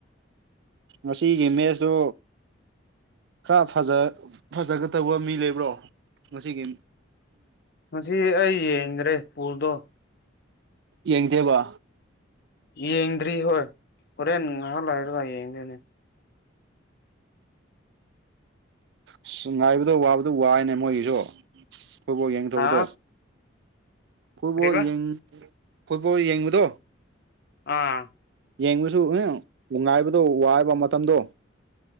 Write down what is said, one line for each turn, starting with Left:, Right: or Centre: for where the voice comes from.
Right: ꯉꯁꯤꯒꯤ ꯃꯦꯁꯇꯨ ꯈꯔ ꯐꯖ ꯐꯖꯒꯗꯧꯕ ꯃꯤ ꯂꯩꯕ꯭ꯔꯣ ꯉꯁꯤꯒꯤ
Left: ꯉꯁꯤ ꯑꯩ ꯌꯦꯡꯗ꯭ꯔꯦ ꯕ‌ꯣꯜꯗꯣ
Right: ꯌꯦꯡꯗꯦꯕ
Left: ꯌꯦꯡꯗ꯭ꯔꯤ ꯍꯣꯏ ꯍꯣꯔꯦꯟ ꯉꯥꯏꯍꯥꯛ ꯂꯥꯏꯔꯒ ꯌꯦꯡꯗꯣꯏꯅꯦ
Right: ꯑꯁ ꯉꯥꯏꯕꯗꯣ ꯋꯥꯕꯗꯣ ꯋꯥꯏꯅꯦ ꯃꯣꯏꯒꯤꯁꯨ ꯐꯨꯠꯕꯣꯜ ꯌꯦꯡ ꯗꯧꯕꯗꯣ
Left: ꯍꯥ
Right: ꯐꯨꯠꯕꯣꯜ
Left: ꯀꯔꯤꯕ
Right: ꯌꯦꯡ ꯐꯨꯠꯕꯣꯜ ꯌꯦꯡꯕꯗꯣ
Left: ꯑꯥ
Right: ꯌꯦꯡꯕꯁꯨ ꯑꯦ ꯉꯥꯏꯕꯗꯣ ꯋꯥꯕ ꯃꯇꯝꯗꯣ